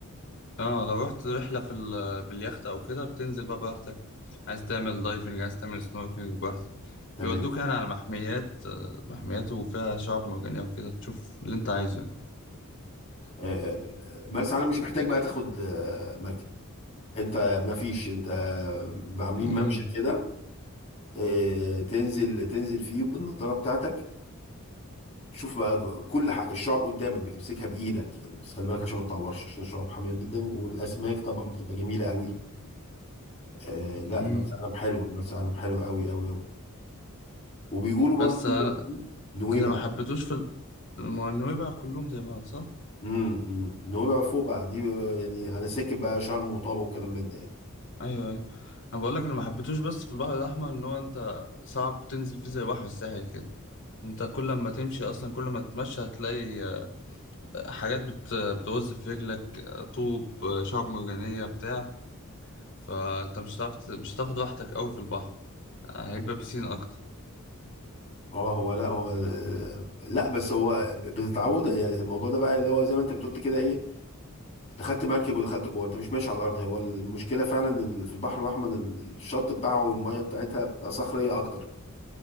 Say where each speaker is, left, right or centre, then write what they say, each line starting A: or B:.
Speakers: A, on the left; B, on the left.
A: اه لو رحت رحلة في ال... باليخت او كده بتنزل بقى براحتك عايز تعمل دايفنج عايز تعمل سنوركلينج براحتك
B: تمام
A: بيودوك يعني على محميات آه، محميات وفيها شعاب مرجانية وكده تشوف اللي انت عايزه يعني.
B: آه، مرسى علم مش محتاج بقى تاخد آه، مركب انت مفيش انت عاملين
A: امم
B: ممشى كده آه، تنزل تنزل فيه بالنضاره بتاعتك تشوف بقى ج- كل حاجه الشعب قدامك بتمسكها بايدك يعني بس خلي بالك عشان ما تطورش عشان الشعب حاميه جدا والاسماك طبعا بتبقى جميله قوي آه لا
A: امم
B: مرسى علم حلوه مرسى علم حلوه قوي قوي قوي وبيقولوا برضو
A: بس أنا
B: نويبع
A: اللي ما حبيتوش في ال- ما هو النويبع كلهم زي بعض صح؟
B: امم امم. نويبع فوق بقى دي آه، يعني على سكه بقى شرم وطابه وكلام من ده يعني
A: ايوه ايوه انا بقول لك انا ما حبيتوش بس في البحر الاحمر ان هو انت صعب تنزل فيه زي بحر الساحل كده انت كل ما تمشي اصلا كل ما تتمشى هتلاقي آه، حاجات بت- بتغز في رجلك آه، طوب آه، شعب مرجانيه بتاع فانت مش هتعرف ت- مش هتاخد راحتك قوي في البحر آه، هيبقى بيسين اكتر
B: اه هو لا هو لا بس هو بتتعود يعني الموضوع ده بقى اللي هو زي ما انت بتقول كده ايه انت خدت مركب ودخلت جوه انت مش ماشي على الارض هو المشكله فعلا ان في البحر الاحمر ال- الشط بتاعه والميه بتاعتها بتبقى صخريه اكتر